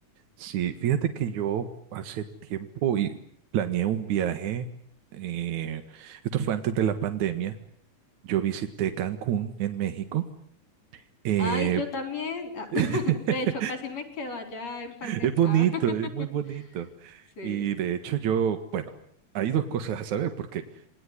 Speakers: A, on the right; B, on the left.
A: Sí, fíjate que yo hace tiempo y planeé un viaje, eh, esto fue antes de la pandemia, yo visité Cancún en México. eh,
B: ay, yo también, ah,
A: <laughs>
B: <laughs> de hecho, casi me quedo allá en pandemia.
A: es bonito,
B: <laughs>
A: es muy bonito.
B: sí,
A: Y de hecho yo, bueno, hay dos cosas a saber, porque